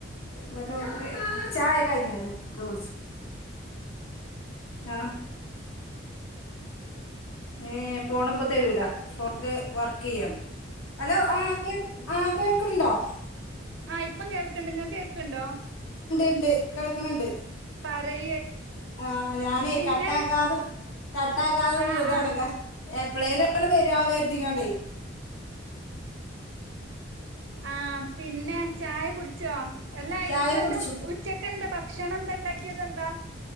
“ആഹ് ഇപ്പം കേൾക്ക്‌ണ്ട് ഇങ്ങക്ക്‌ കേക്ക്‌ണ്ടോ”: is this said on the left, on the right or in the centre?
Right